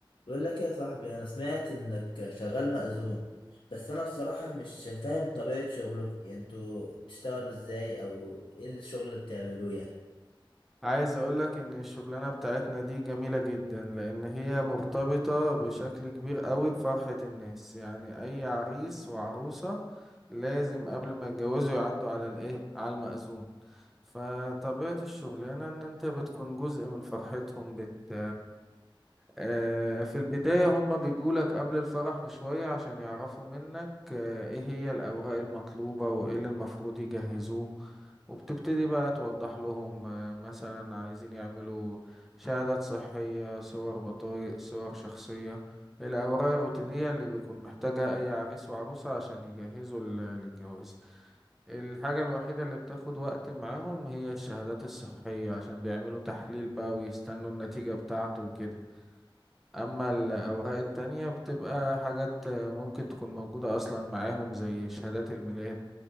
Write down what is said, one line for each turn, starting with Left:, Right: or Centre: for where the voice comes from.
Left: بقول لك يا صاحبي انا سمعت انك شغال مأذون بس انا بصراحة مش فاهم طبيعة شغلكم يعني انتوا بتشتغلوا ازاي او ايه الشغل اللي بتعملوه يعني
Centre: عايز اقولك ان الشغلانة بتاعتنا دي جميلة جدا لان هي مرتبطة بشكل كبير قوي بفرحة الناس يعني اي عريس وعروسة لازم قبل ما يتجوزوا يعدوا على الايه على المأذون فطبيعة الشغلانة ان انت بتكون جزء من فرحتهم بت آه، في البداية هما بيجولك قبل الفرح بشوية عشان يعرفوا منك آه، ايه هي الأوراق المطلوبة وايه اللي المفروض يجهزوه وبتبتدي بقى توضح لهم آه، مثلا عايزين يعملوا شهادات صحية صور بطايق صور شخصية الأوراق الروتينية اللي بيكون محتاجها أي عريس وعروسة عشان يجهزوا لل- للجواز الحاجة الوحيدة اللي بتاخد وقت معاهم هي الشهادات الصحية عشان بيعملوا تحليل بقى ويستنوا النتيجة بتاعته وكده اما الاوراق التانية بتبقى حاجات ممكن تكون موجودة اصلا معاهم زي شهادات الميلاد